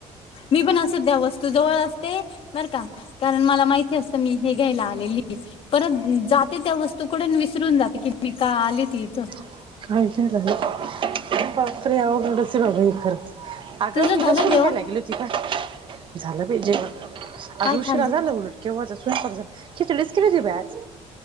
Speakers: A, on the left; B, on the right.
A: मी पण असं त्या वस्तू जवळ असते बर का कारण मला माहिती असतं मी.. हे घ्यायला आलेली परत जाते त्या वस्तूकडून विसरून जाते की मी का आली ती इथं.
B: <unintelligible> बाप रे अवघडच हे सर्व खरंच. अग
A: तुझं
B: मी
A: झालं
B: लसुन
A: जेवण
B: घ्यायला गेली होती. झालं बाई जेवण.
A: काय
B: आज उशिरा
A: खाल्लं
B: झाला उलट केव्हा स्वयंपाक झाला. खिचडीच केली होती बाई आज.